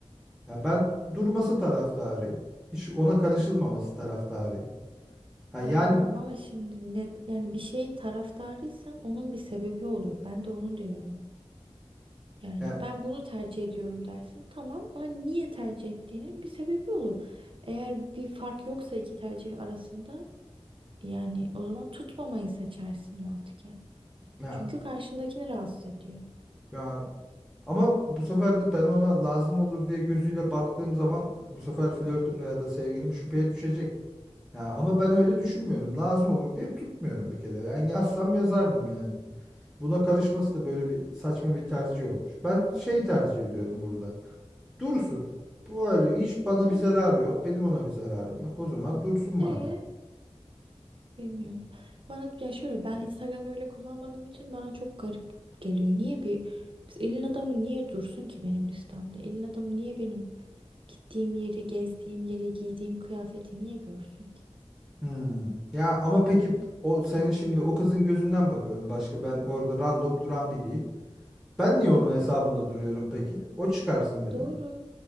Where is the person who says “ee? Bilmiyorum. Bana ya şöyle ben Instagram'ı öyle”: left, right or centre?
Right